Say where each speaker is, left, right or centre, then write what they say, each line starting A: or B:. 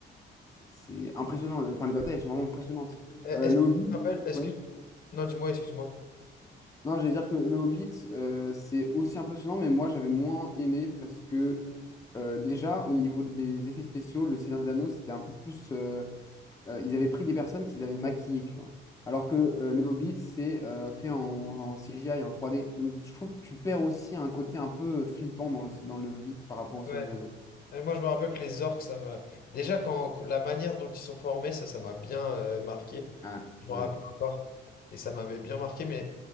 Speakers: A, on the left (about 15°); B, on the left (about 45°).
A: c'est- c'est impressionnant. Enfin, les batailles, elles sont vraiment impressionnantes.
B: Eh,
A: Euh,
B: Est-ce
A: le
B: que
A: Hobbit,
B: tu te rappelles, est-ce
A: ouais.
B: que... Non, dis-moi, excuse-moi.
A: Non, j'allais dire que le Hobbit, euh, c'est aussi impressionnant, mais moi, j'avais moins aimé parce que euh, déjà, au niveau des effets spéciaux, le Seigneur des Anneaux, c'était un peu plus. euh, euh, ils avaient pris des personnes qu'ils avaient maquillées, tu vois. Alors que euh, le Hobbit, c'est euh, fait en, en CGI, en 3D. Donc je trouve que tu perds aussi un côté un peu flippant dans le, dans le Hobbit par rapport au
B: Ouais.
A: Seigneur des Anneaux.
B: Eh, Moi, je me rappelle que les orques, ça m'a... Déjà, quand la manière dont ils sont formés, ça, ça m'a bien euh, marqué.
A: Ah, ah
B: Je me
A: oui.
B: rappelle encore. Et ça m'avait bien marqué, mais